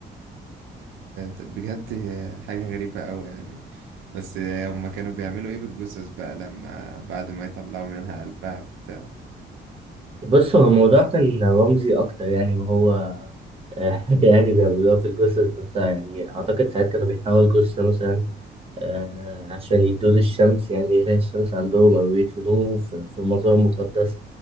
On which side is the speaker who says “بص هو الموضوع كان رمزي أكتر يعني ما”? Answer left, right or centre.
Right